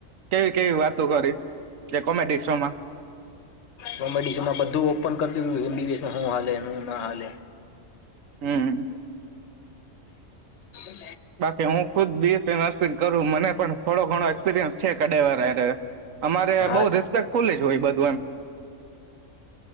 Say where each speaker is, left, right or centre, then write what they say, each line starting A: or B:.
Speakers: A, on the right; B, on the left.
A: કેવી-કેવી વાતો કરી? જે કોમેડી શોમાં
B: કોમેડી શો માં બધું ઓપન કરતું <unintelligible> હુ હાલે એમાં હું ના હાલે
A: હમ
B: <unintelligible>
A: બાકી હું ખુદ બીએસ નર્સિંગ કરું મને પણ થોડો ઘણો એક્સપિરિયન્સ છે. એવા અમારે
B: હા
A: બહુ રિસ્પેક્ટફુલ જ હોય, બધું એમ